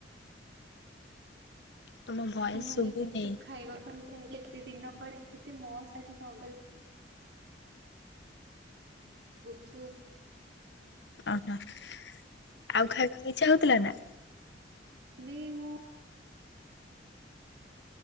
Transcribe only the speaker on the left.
ତମ ଭଏସ
ଶୁଭୁନି
ଓହୋ ଆଉ ଖାଇବାକୁ ଇଚ୍ଛା ହଉଥିଲାନା?